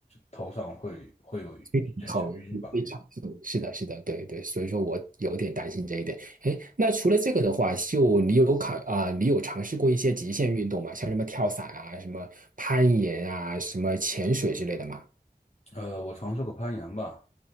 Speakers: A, on the left; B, on the right.
A: 头上会会有一阵小晕吧。
B: 非常疼，嗯非常疼，是的，是的，对对，所以说我有点担心这一点。哎，那除了这个的话，就你有考啊、你有尝试过一些极限运动吗？像什么跳伞啊、什么攀岩啊、什么潜水之类的吗？
A: 呃，我尝试过攀岩吧，